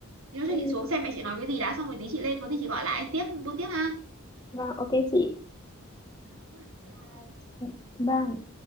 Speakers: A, on the right; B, on the left.
A: thế thôi chắc
B: ừ,
A: chị xuống xem mẹ chị nói cái gì đã xong rồi tí chị lên có gì chị gọi lại tiếp buôn tiếp ha.
B: vâng, ok chị.
A: Ờ, thế nhá. Bye bye.
B: Ừ, Bye.